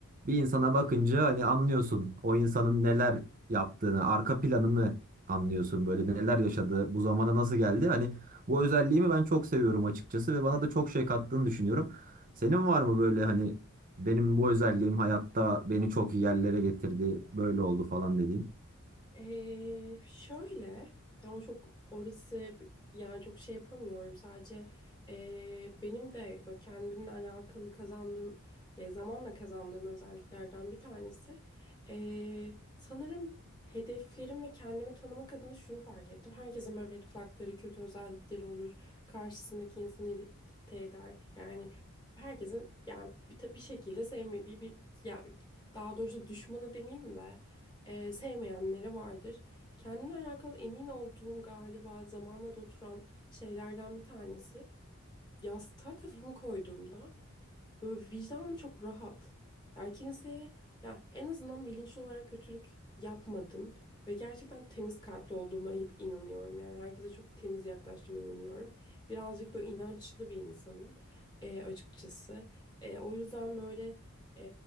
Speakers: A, on the right; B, on the left.
A: bir insana bakınca hani anlıyorsun o insanın neler yaptığını, arka planını anlıyorsun böyle neler yaşadı, bu zamana nasıl geldi. Hani bu özelliğimi ben çok seviyorum açıkçası ve bana
B: hı.
A: da çok şey kattığını düşünüyorum. Senin var mı böyle hani benim bu özelliğim hayatta beni çok iyi yerlere getirdi, böyle oldu falan dediğin?
B: Ee, şöyle yani çok orası bi- yani çok şey yapamıyorum sadece ee, benim de böyle kendimle alakalı kazandığım ya zamanla kazandığım özelliklerden bir tanesi ee, sanırım hedeflerim ve kendimi tanımak adına şunu fark ettim. Herkesin böyle red flagları, kötü özellikleri olur. Karşısındaki insanı irite eder. Yani herkesin yani bir, ta- bir şekilde sevmediği bir ya daha doğrusu düşmanı demeyeyim de e, sevmeyenlere vardır. Kendimle alakalı emin olduğum galiba zamanla da oturan şeylerden bir tanesi. Yastığa kafamı koyduğumda Böyle vicdanım çok rahat. Yani kimseye ya en azından bilinçli olarak kötülük yapmadım ve gerçekten temiz kalpli olduğuma hep inanıyorum. Yani herkese çok temiz yaklaştığıma inanıyorum. Birazcık böyle inançlı bir insanım e, açıkçası. E, o yüzden böyle e,